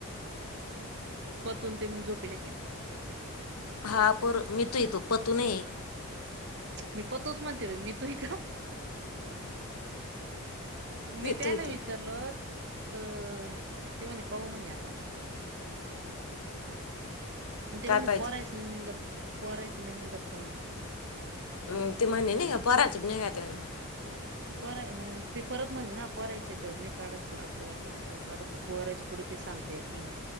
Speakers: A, on the right; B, on the left.
A: पतून ते मग झोपीले काय?
B: हा पर मितू आहे तो पतू नाही आहे.
A: मी पतूचं म्हणते बाई, मीतू आहे का? मी त्याला
B: तू येतो
A: विचारलं? तर ती म्हणे पाऊ म्हणे आता. तेव्हानी
B: काय पाहिजे
A: पोरायचं नाही निंगत पोरायचं नाही निंगत कावानी.
B: म ते म्हणे नाही का पोराच नाही का त म
A: परय मग ते परत म्हणे ना पोरायच्या ह्याच्यावर्णी नाही काढायचं आपल्या आपल्या हेच्यावर काढायचं. पोरायच्या पुुढे काय सांगता येत नाही ती